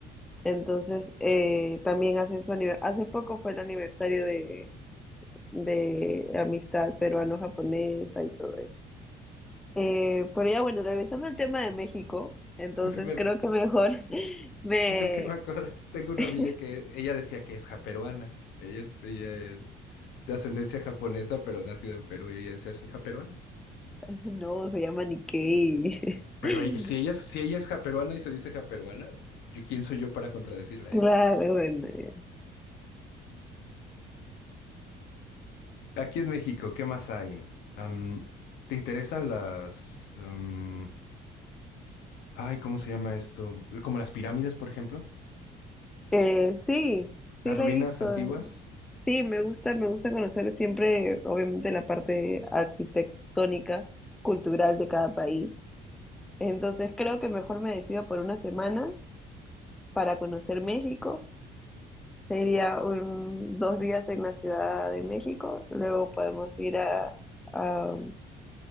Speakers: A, in the centre; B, on the left.
A: Entonces, eh, también hacen su aniversario. Hace poco fue el aniversario de, de amistad peruano-japonesa y todo eso. Eh, pero ya bueno, regresando al tema de México, entonces
B: Me-
A: creo que mejor <laughs> me...
B: Es que me acuerdo, tengo una
A: <laughs>
B: amiga que ella decía que es japeruana. Ella es, ella es de ascendencia japonesa, pero nacida en Perú y ella decía, soy japeruana.
A: No, se llama Nikkei.
B: Pero
A: <laughs>
B: e- si ella, es- si ella es japeruana y se dice japeruana, yo, ¿quién soy yo para contradecirla
A: Claro,
B: a ella?
A: bueno. ya.
B: Aquí en México, ¿qué más hay? Am, ¿te interesan las... am, ay, ¿cómo se llama esto? Como las pirámides, por ejemplo.
A: Eh, sí, sí
B: Las
A: la
B: ruinas
A: he visto.
B: antiguas.
A: Sí, me gusta, me gusta conocer siempre, obviamente, la parte arquitectónica, cultural de cada país. Entonces creo que mejor me decido por una semana para conocer México Sería un, dos días en la Ciudad de México, luego podemos ir a, a-